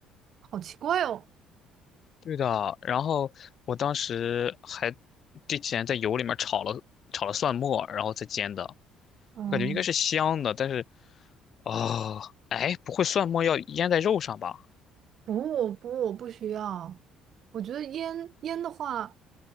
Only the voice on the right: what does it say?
好奇怪哦。
嗯，
不，我不，我不需要。我觉得腌腌的话，